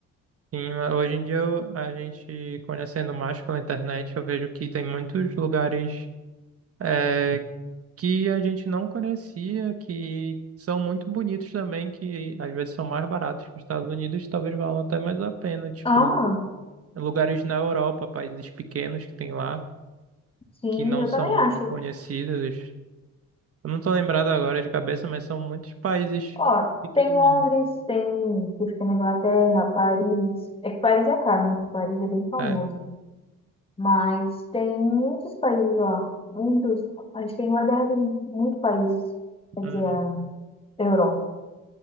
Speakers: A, on the right; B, on the left.
A: Sim, mas hoje em dia eu- a gente conhecendo mais pela internet, eu vejo que tem muitos lugares é, que a gente não conhecia, que são muito bonitos também, que às vezes são mais baratos que os Estados Unidos, talvez valam até mais a pena. Tipo,
B: Ah,
A: lugares na Europa, países pequenos que tem lá,
B: sim,
A: que não
B: eu
A: são
B: também
A: muito
B: acho.
A: conhecidos. Eu não tô lembrado agora de cabeça, mas são muitos países
B: Ó,
A: pequenininhos.
B: tem Londres, tem que fica na Inglaterra, Paris. É que Paris é caro, né? Que Paris é bem famoso.
A: É.
B: Mas tem muitos países lá. Muitos. Acho que a Inglaterra tem muitos países. Quer
A: Uhum.
B: dizer, a Europa.